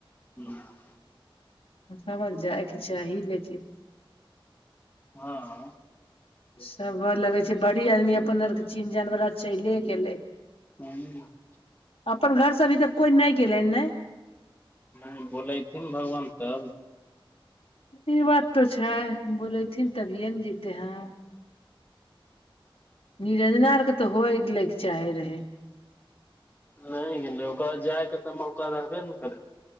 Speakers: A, on the left; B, on the left.
A: <unintelligible>
B: ऐकोबार जाइकेँ चाही लेकिन।
A: हँ
B: सब घर लगय छै बड़ी आदमी अपन आर केँ चिन्ह जान बला चैले गेलै।
A: <unintelligible>
B: अपन घर से अभी तक कोई नै गेलै नै
A: नै बोलेथिन भगवान तब।
B: ई बात तऽ छै बोलेथिन तभिए न जतै हैं। निरंजना आर केँ तऽ होइ लैके चाहे रहै।
A: नै गेलै ओकरा बाद जाय केँ तऽ मौका रहबे न करै।